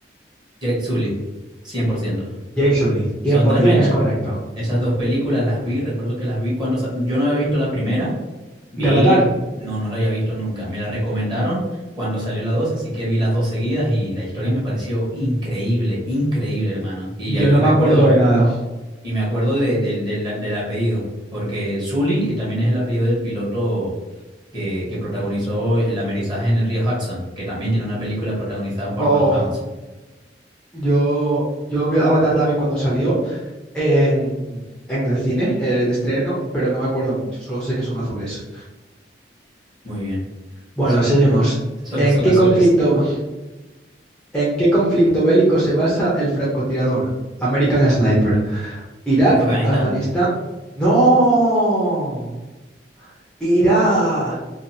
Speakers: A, on the right (about 25°); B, in the centre.
A: Jake Sully, cien por ciento
B: Jake Sully,
A: Son
B: 100%
A: tremendas.
B: es correcto.
A: Esas dos películas las vi, recuerdo que las vi cuando sa- yo no había visto la primera Vi,
B: ¿De Avatar?
A: no, no la había visto nunca. Me la recomendaron cuando salió la 2 así que vi las dos seguidas y la historia me pareció increíble, increíble, hermano. Y,
B: Yo
A: y
B: no me
A: recuerdo,
B: acuerdo de nada.
A: y me acuerdo de, del del- del apellido, porque Sully y también es el apellido del piloto que, que protagonizó el amerizaje en el río Hudson, que también tiene una película protagonizada por
B: Oh,
A: Tom Hanks.
B: yo, yo vi- Avatar la vi cuando salió en, en el cine eh, de estreno, pero no me acuerdo mucho, solo sé que son azules.
A: Muy bien,
B: Bueno,
A: sí,
B: seguimos.
A: sí. <laughs> Solo
B: ¿En
A: son
B: qué
A: azules.
B: conflicto, en qué conflicto bélico se basa el francotirador? American Sniper. ¿Irak,
A: Afganistán.
B: Afganistán? ¡No! Irak,